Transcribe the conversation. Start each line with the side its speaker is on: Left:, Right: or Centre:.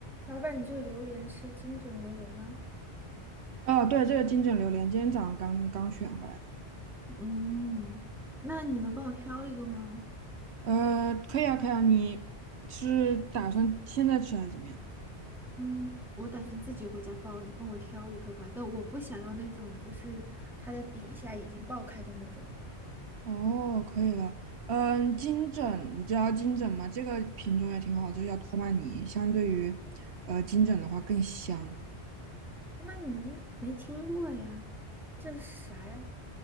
Centre: 老板，你这榴莲是金枕榴莲呢、
Right: 哦，对，这个金枕榴莲今天早上刚刚选回来的。
Centre: 嗯，那你能帮我挑一个吗？
Right: 呃，可以啊，可以啊，你是打算现在吃还是怎么样？
Centre: 嗯，我打算自己回家包，你帮我挑一个吧。但我不想要那种就是它的底下已经爆开的那种。
Right: 哦，可以了。嗯，金枕，你知道金枕吗？这个品种也挺好，就个叫托曼尼，相对于呃金枕的话更香。
Centre: 那你没听过呀？这是啥呀？